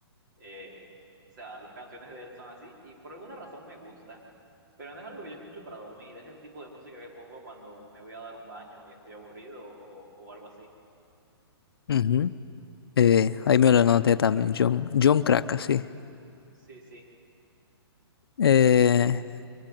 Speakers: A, on the right; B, on the left.
A: Eh, o sea, las canciones de él son así y por alguna razón me gustan, pero no es algo que yo escucho para dormir. Es el tipo de música que pongo cuando me voy a dar un baño y estoy aburrido o, o algo así.
B: ujú, eh, ahí me lo anoté también, John, John Kraka, sí.
A: Sí, sí.
B: Eh,